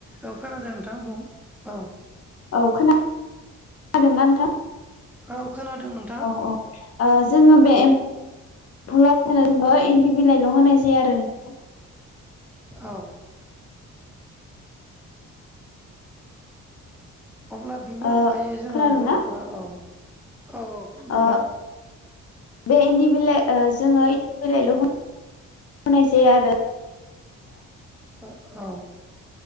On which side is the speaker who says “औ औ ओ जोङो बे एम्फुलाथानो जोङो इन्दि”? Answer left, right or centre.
Left